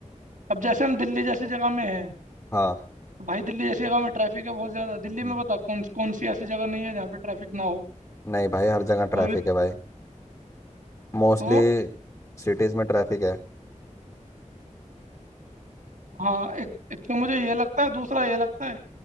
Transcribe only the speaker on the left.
हाँ
हम्म,
नहीं भाई हर जगह
ट्रैफिक है भाई मोस्टली
सिटीज़ में ट्रैफिक है